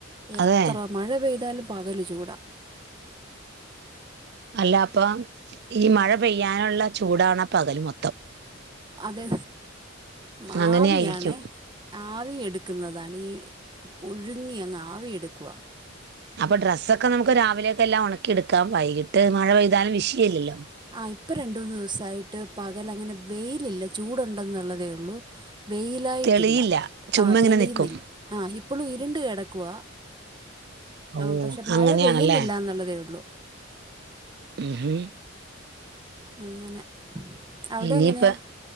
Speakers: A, on the right (about 25°); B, on the right (about 55°).
A: എത്ര
B: അതെ
A: മഴ പെയ്താലും പകൽചൂടാ
B: അല്ല അപ്പം ഈ മഴ പെയ്യാനുള്ള ചൂടാണ് പകൽ മൊത്തം
A: അതെ ആവിയാണേ
B: അങ്ങനെയായിരിക്കും
A: ആവി എടുക്കുന്നതാണീ പുഴുങ്ങി അങ്ങ് ആവി എടുക്കുവ
B: അപ്പൊ ഡ്രസ്സൊക്കെ നമുക്ക് രാവിലെയൊക്കെ എല്ലാം ഉണക്കിെടുക്കാം വൈകിട്ട് മഴ പെയ്താലും വിഷയല്ലല്ലോ
A: ആ ഇപ്പൊ രണ്ട് മൂന്ന് ദിവസായിട്ട് പ പകൽ അങ്ങനെ വെയിലില്ല ചൂടുണ്ടെന്നുള്ളതേ ഉള്ളൂ വെയിലായിട്ടില്ല
B: തെളിയില്ല ചുമ്മാ
A: ആ
B: ഇങ്ങനെ
A: തെളിയുന്നില്ല
B: നിക്കും
A: ആ ഇപ്പോളും ഇരുണ്ട് കിടക്കവാ
B: ഓ
A: ആ പക്ഷെ മഴ
B: അങ്ങനെയാണല്ലേ
A: പെയ്യുന്നില്ല എന്നുള്ളതേ ഉള്ളു
B: മ് ഹും
A: അങ്ങനെ അവിടെ
B: ഇനിയിപ്പം
A: എങ്ങനെയാ